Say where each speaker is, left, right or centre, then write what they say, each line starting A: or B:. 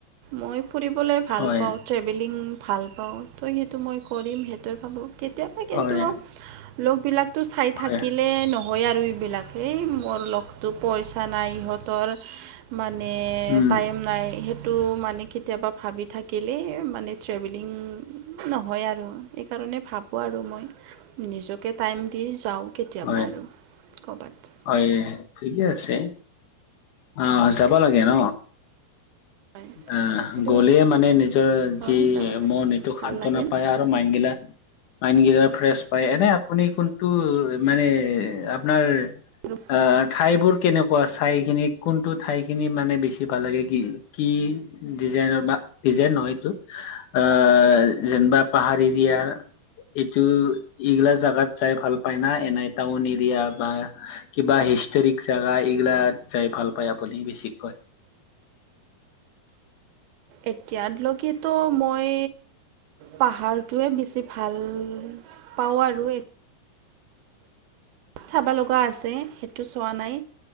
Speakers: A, on the right; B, on the left.
A: মই ফুৰিবলৈ ভাল
B: হয়
A: পাওঁ। ট্ৰেভেলিং ভাল পাওঁ, ত' সেইটো মই কৰিম সেইটোৱে ভাবোঁ। কেতিয়াবা কিন্তু
B: হয়
A: লগবিলাকতো চাই
B: হয়
A: থাকিলে নহ হয় আৰু এইবিলাক এই মোৰ লগতটো পইচা নাই ইহঁতৰ, মানে
B: উম
A: টাইম নাই সেইটো মানে কেতিয়াবা ভাবি থাকিলে মানে ট্ৰেভেলিং নহয় আৰু। সেইকাৰণে ভাবোঁ আৰু মই নিজকে টাইম দি যাওঁ। কেতিয়াবা
B: হয়
A: আৰু ক'বাত।
B: হয় ঠিকে আছে, আঁহ যাবা লাগে ন।
A: হয়
B: আঁহ,
A: সেইটোৱে
B: গলে মানে নিজৰ
A: হয়
B: যি
A: যাব লাগে
B: মন এইটো
A: ভাল
B: সান্তনা
A: লাগে
B: পায় আৰু মাইন গিলা মাইণ্ড গিলা ফ্ৰেছ পায়। এনেই আপুনি কোনটো মানে আপনাৰ
A: আৰু
B: আ ঠাইবোৰ কেনেকোৱা চায়কিনি কোনটো ঠাই খিনি মানে বেছি ভাল লাগে কি কি ডিজাইনৰ বা, ডিজাইন নহয় এইটো। আঁ, যেনিবা পাহাৰ এৰিয়াৰ এইটো এইগিলা জাগাত যাই ভাল পায় না, এনে টাউন এৰিয়া বা কিবা হিষ্টৰিক জাগা এইগিলাত যাই ভাল পায় আপুনি বেছিকৈ।
A: এতিয়ালৈকেতো মই পাহাৰটোৱে বেছি ভাল পাওঁ আৰু এ চাবা লগা আছে, সেইটো চোৱা নাই